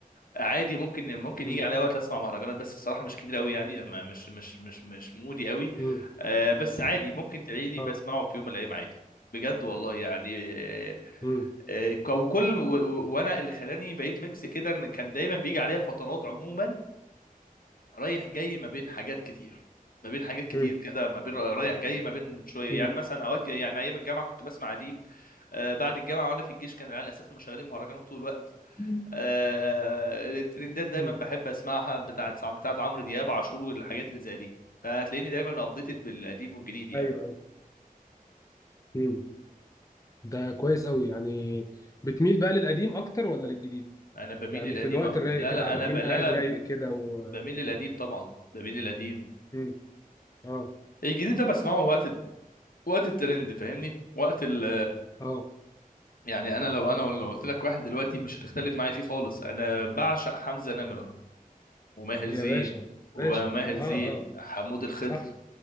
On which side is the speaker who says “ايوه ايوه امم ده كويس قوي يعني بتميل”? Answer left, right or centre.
Left